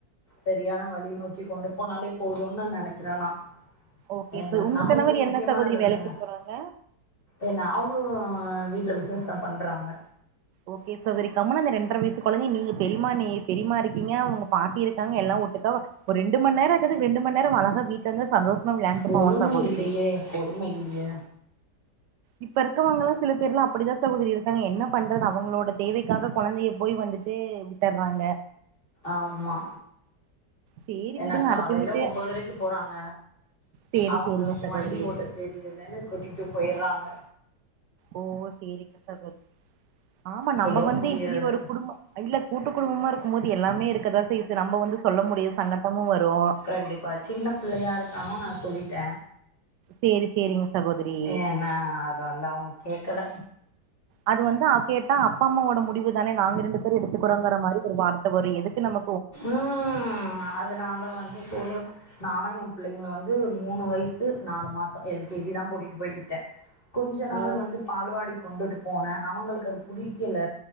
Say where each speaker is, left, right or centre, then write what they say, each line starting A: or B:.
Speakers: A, on the left (about 30°); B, on the right (about 80°).
A: சரியான வழி நோக்கி கொண்டு போனாலே போதுன்னு நா நினைக்கிறேனா
B: ஓகே
A: ஏன
B: ச உங்க
A: நம்மளுக்கு
B: கணவர்
A: முக்கியமானது
B: என்ன சகோதரி
A: அதான
B: வேலைக்கு போறாங்க
A: ஏனா அவங்களு வீட்ல பிஸ்னஷ் தா பண்றாங்க
B: ஓகே சகோதரி கம்னு அந்த ரெண்டரை வயிசு கொழந்தை நீங்க பெரியம்மா நீ பெரியம்மா இருக்கீங்க அவுங்க பாட்டி இருக்காங்க எல்லா ஒட்டுக்கா ஒரு ரெண்டு மண் நேர இருக்குது ரெண்டு மண் நேரோ அவ அழகா வீட்ல இருந்து சந்தோஷமா விளையாண்டு
A: பொறுமை
B: போவான் சகோதிரி
A: இல்லையே பொறுமை இல்லயே
B: இப்ப இருக்கவங்கல்லா சில பேர்லா அப்டிதா சகோதரி இருக்காங்க என்ன பண்றது அவங்களோட தேவைக்காக கொழந்தைய போய் வந்துட் டு விட்டறாங்க
A: ஆமா
B: சேரி
A: ஏன்னா
B: விடுங்க
A: காலையில
B: அடுத்த வீட்டு
A: ஒம்பதரைக்கு போறாங்க
B: சேரி
A: அவங்களுக்கு
B: சேரிங்க சகோதரி
A: வண்டி ஓட்டு தெரியுதுன்னு கூட்டிட்டு போயறாங்க
B: ஓ செரிங்க சகோதரி ஆமா நம்ப
A: சொல்லவு
B: வந்து
A: முடியாது
B: இப்டி ஒரு குடும்ப இல்ல கூட்டு குடும்பமா இருக்கும் போது எல்லாமே இருக்கதா செய்யு இப்ப நம்ப வந்து சொல்ல முடிய சங்கட்டமு வரு
A: கண்டிப்பா சின்ன புள்ளையா இருக்கானு நா சொல்லிட்டே
B: சேரி சேரிங்க சகோதரி
A: ஏ நா அத வந்த அவங்க கேக்கல
B: அது வந்து அவ் கேட்டா அப்பா அம்மாவோட முடிவு தான நாங்க ரெண்டு பேரு எடுத்துக்கறோங்கற மாரி ஒரு வார்த்த வரு எதுக்கு நம்ம
A: ம் அதனால வந்து சொல்ல நானு எ பிள்ளைங்கள வந்து மூணு வயசு நாலு மாச எல் கே ஜி தா கூட்டிட்டு போய் விட்டே கொஞ்ச நாள்
B: ஓ
A: வந்து பால்வாடி கொண்டுட்டு போனே அவங்களுக்கு அது புடிக்கல